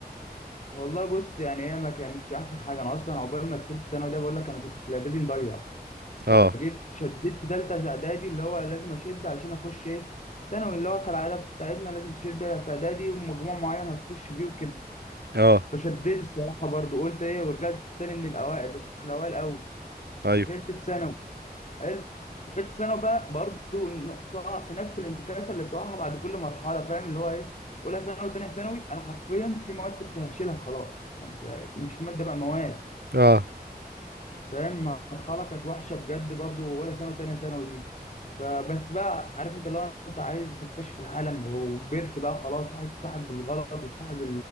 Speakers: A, on the left; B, on the right.
A: والله بص يعني هي ما كانتش احسن حاجه انا اصلا عقبال ما دخلت ثانوي ده بقول لك انا كنت في الاعدادي مضيع
B: اه
A: جيت شديت في ثالثه اعدادي اللي هو لازم اشد عشان اخش ايه ثانوي اللي هو كالعاده بتاعتنا لازم تشد في اعدادي ومجموع معين هتخش بيه وكده
B: اه
A: فشديت الصراحه برضو قلت ايه ورجعت تاني من الاوائل بس في الاوائل قوي
B: ايوه
A: دخلت الثانوي حلو دخلت الثانوي بقى برضو ن- تقع في نفس الانتكاسه اللي بتقعها بعد كل مرحله فاهم اللي هو ايه اولى ثانوي وثانيه ثانوي انا حرفيا في مواد كنت هشيلها خلاص يعني مش ماده بقى مواد
B: اه
A: فاهم مرحله كانت وحشه بجد برضو اولى ثانوي وثانيه ثانوي دي فبس بقى عارف انت لو انت عايز تكتشف العالم وكبرت بقى خلاص وعايز تصاحب الغلط وتصاحب